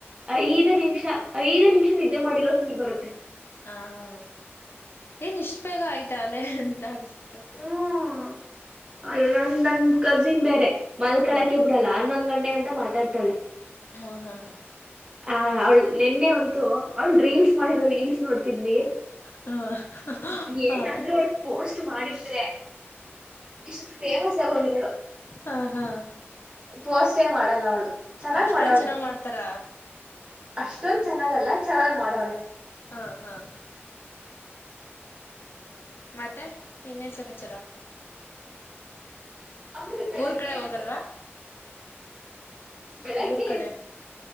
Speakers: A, on the right; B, on the left.
A: ಐದ್ ನಿಮಿಷ ಐದೇ ನಿಮಿಷ ನಿದ್ದೆ ಮಾಡಿರ ಪೀಲ್ ಬರುತ್ತೆ.
B: ಹ ಹಾ ಏನ್ ಇಷ್ಟ ಬೇಗ ಆಯ್ತಾ ಅಲೆ ಅಂತ ಅನ್ಸುತ್ತೆ.
A: ಹ್ಮ ನ ನನ್ ಕಜಿನ್ ಬೇರೆ ಮಲ್ಕಳಕ್ಕೆ.
B: ಹ್ಮ್
A: ಕೊಡಲ್ಲ ಹನ್ನೊಂದ ಗಂಟೆ ಗಟಾ ಮಾತಡ್ತಾಳೆ.
B: ಮ ಹ ಹಾ.
A: ಆ ಅವಳ್ ನೆನ್ನೆ ಉಂತು ಅವಳ ರೀಲ್ಸ್ ಮಾಡಿರೋ ರೀಲ್ಸ್ ನೋಡ್ತಿದ್ವಿ.
B: ಹಾ ಹ
A: ಏನಾದ್ರೂ ಅವಳು ಪೋಸ್ಟ್ ಮಾಡಿದ್ರೆ. ಇಷ್ಟುತು ಫೇಮಸ್ ಆಗ ಹೋಗಿರಾಳು.
B: ಹಾ ಹಾ
A: ಪೋಸ್ಟೇ ಮಾಡಲ್ಲ ಅವಳು ಚೆನ್ನಾಗ್
B: ಅಷ್ಟೊಂದ
A: ಮಾಡವಳೆ
B: ಚೆನ್ನಾಗ್ ಮಾಡ್ತಾರ.
A: ಅಷ್ಟೊಂದ ಚೆನ್ನಾಗಲ್ಲ ಚೆನ್ನಾಗ್ ಮಾಡೋರೆ.
B: ಹ ಹಾ ಮತ್ತೆ ಇನ್ನೇನ್ ಸಮಾಚಾರ.
A: ಆಮೇಲೆ ಬೆಳಗ್ಗೆ
B: ಊರ್ ಕಡೆ
A: ಎದ್ದು
B: ಹೋಗಲ್ವಾ.
A: ಬೆಳಗ್ಗೆ
B: ಅವ್ರ ಕಡೆ